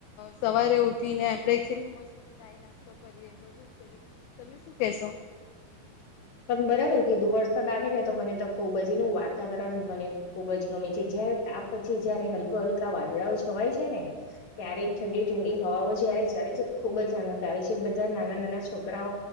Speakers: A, on the left; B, on the left.
A: સવારે ઉઠીને આપડે મસ્ત ચાય નાસ્તો કરીએ બધું જ કરીએ તમે શું કેશો?
B: <inaudible> બરાબર કે કીઘુ વરસાદ આવે ને તો મને તો ખુબ જ એનું વાતાવરણ મને ખુબ જ ગમે છે, જ્યાં તાપ પછી જયારે હલકો હલકા વાદળાઓ છવાય છે ને ત્યારે ઠંડી ઠંડી હવાઓ જયારે ચડે છે, તો ખુબ જ આનંદ આવે છે, બધા નાના નાના છોકરાઓ